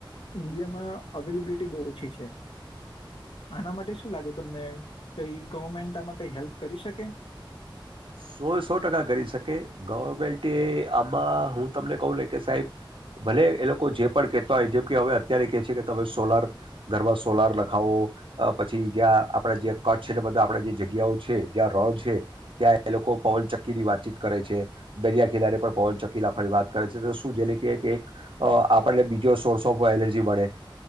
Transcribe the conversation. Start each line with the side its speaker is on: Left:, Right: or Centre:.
Left: ઈન્ડિયામાં અવેલેબિલિટી બહુ ઓછી છે આના માટે શું લાગે તમને કઈ ગવર્મેન્ટ આમાં કઈ હેલ્પ કરી શકે.
Right: સો સો ટકા કરી શકે ગવર્મેન્ટ આમાં હું તમને કહ લે કે સાહેબ ભલે એ લોકો જે પણ કેહેતા હોય જેમ કે હવે અત્યારે કે છે કે તમે સોલાર ઘરમાં સોલાર લખાવો પછી જ્યાં આપણા જે કચ્છ છે એટલે બધા આપ જે જગ્યાઓ છે જ્યાં રો છે ત્યાં. એ લોકો પવન ચક્કી ની વાતચીત કરે છે દરિયા કિનારે પણ પવન ચક્કી લખવાની વાત કરે છે તો શું જે કે એક આપણને બીજો સોર્સ ઓફ એનર્જી મળે